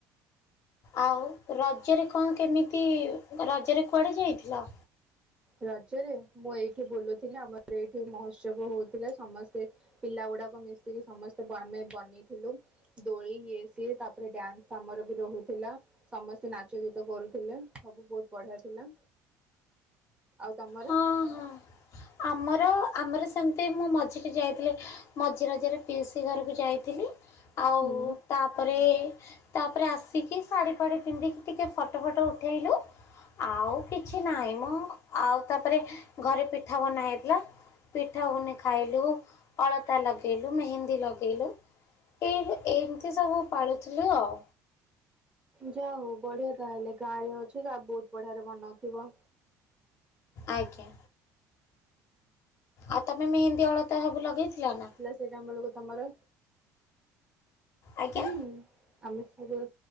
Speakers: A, on the left; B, on the right.
A: ଆଉ ରଜରେ କଣ କେମିତି? ରଜରେ କୁଆଡ଼େ ଯାଇଥିଲ?
B: ରଜରେ ମୁଁ ଏଇଠି ବୁଲୁଥିଲି, ଆମର ଏଇଠି ମହୋତ୍ସବ ହଉଥିଲା ସମସ୍ତେ ପିଲାଗୁଡାକ ମିଶିକି ସମସ୍ତେ ଆମେ ବନେଇଥିଲୁ। ଦୋଳି ଇଏ ସିଏ, ତାପରେ ଡ୍ୟାନ୍ସ ଆମର ବି ରହୁଥିଲା। ସମସ୍ତେ ନାଚ ଗୀତ କରୁଥିଲେ ସବୁ ବହୁତ ବଢିଆ ଥିଲା ଆଉ ତମର?
A: ହଁ ହଁ। ଆମର ଆମର ସେମିତି ମୁଁ ମଝିିରେ ଯାଇଥିଲି ମଝି ରଜରେ ପିଉସି ଘରକୁ ଯାଇଥିଲି, ଆଉ
B: ହୁଁ
A: ତାପରେ, ତାପରେ ଆସିକି ଶାଢ଼ୀ ଫାଢ଼ୀ ପିନ୍ଧିକି ଟିକେ ଫଟୋ ଫଟୋ ଉଠାଇଲେ। ଆଉ କିଛି ନାହିଁ ମ, ଆଉ ତାପରେ ଘରେ ପିଠା ବନା ହେଇଥିଲା। ପିଠା ବନେଇ ଖାଇଲୁ, ଅଳତା ଲଗେଇଲୁ, ମେହେନ୍ଦୀ ଲଗେଇଲୁ ଏହ ଏମିତି ସବୁ ପାଳୁଥିଲୁ ଆଉ
B: ଯା ହଉ ବଢିଆ ତାହଲେ, ଗାଁରେ ଅଛ ବହୁତ ବଢିଆରେ ବନଉଥିବ?
A: ଆଜ୍ଞା। ଆଉ ତମେ ମେହେନ୍ଦୀ ଅଳତା ସବୁ ଲଗେଇଥିଲ? ନା
B: ସେଇଟାମ ବେଳକୁ ତମର
A: ଆଜ୍ଞା।
B: ହୁଁ ଆମେ ସୁର